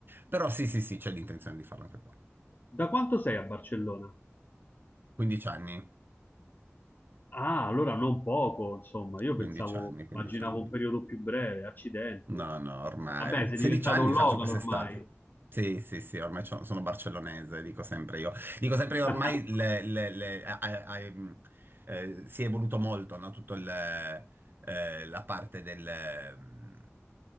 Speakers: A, on the right (about 45°); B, on the left (about 40°).
A: Però sì, sì, sì, c'è l'intenzione di farlo anche qua.
B: Da quanto sei a Barcellona?
A: 15 anni,
B: Ah, allora non poco, insomma, io
A: 15
B: pensavo,
A: anni, 15
B: immaginavo
A: anni.
B: un periodo più breve, accidenti.
A: No, no, ormai.
B: Vabbè, sei
A: 16
B: diventato
A: anni
B: un
A: faccio
B: local
A: quest'estate.
B: ormai.
A: Sì, sì, sì, ormai c'ho- sono barcellonese, dico sempre io. Dico sempre io,
B: <laughs>
A: ormai le- le- le- a- a- a- ehm, eh, si è evoluto molto, no? Tutto il, eh, la parte del, ehm,